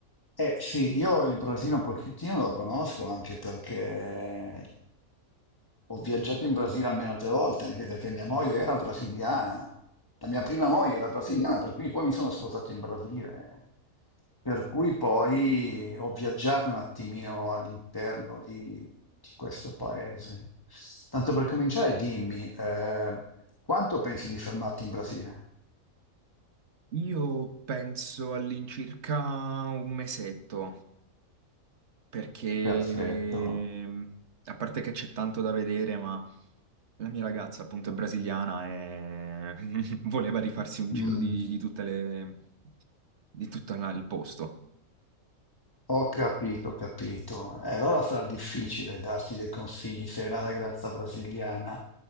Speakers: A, on the left; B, on the right.
A: Eh sì, io il Brasile un pochettino lo conosco anche perché ho viaggiato in Brasile almeno altre volte, anche perché mia moglie era brasiliana. La mia prima
B: No.
A: moglie era brasiliana, per cui poi mi sono sposato in Brasile. Per cui poi ho viaggiato un attimino all'interno di, di questo paese. Tanto per cominciare, dimmi, eh, quanto pensi di fermarti in Brasile?
B: Io penso all'incirca un mesetto, perché
A: Perfetto.
B: a parte che c'è tanto da vedere, ma... La mia ragazza, appunto, è brasiliana e <laughs> voleva rifarsi un giro
A: Mm,
B: di, di tutte le... di tutto la- il posto.
A: Ho capito, ho capito. E allora sarà difficile darti dei consigli se è la ragazza brasiliana.